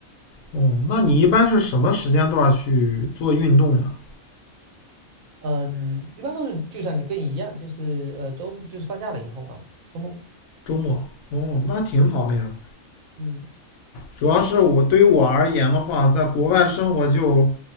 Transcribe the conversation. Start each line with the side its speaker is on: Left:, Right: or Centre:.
Left: 哦，那你一般是什么时间段去做运动啊？
Right: 嗯，一般都是就像你跟你一样，就是呃周就是放假了以后嘛，周末。
Left: 周末？哦，那挺好的呀。
Right: 嗯。
Left: 主要是我对于我而言的话，在国外生活就